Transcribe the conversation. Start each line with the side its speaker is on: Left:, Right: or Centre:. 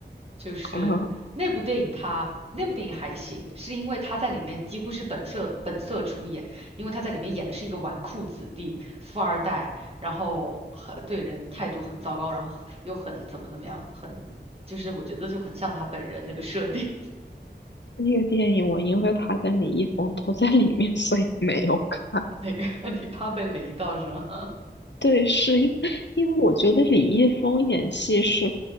Right: 就是那部电影他那部电影还行，
Left: 嗯，
Right: 是因为他在里面几乎是本色本色出演，因为他在里面演的是一个纨绔子弟、富二代，然后很对人态度很糟糕，然后又很怎么怎么样，很就是我觉得就很像他本人那个设定，
Left: 那个电影我因为他跟李易峰都在里面，<laughs> 所以没有看。
Right: <laughs> 那个你怕被雷到是吗？<laughs>
Left: 对，是因为因为我觉得李易峰演戏是，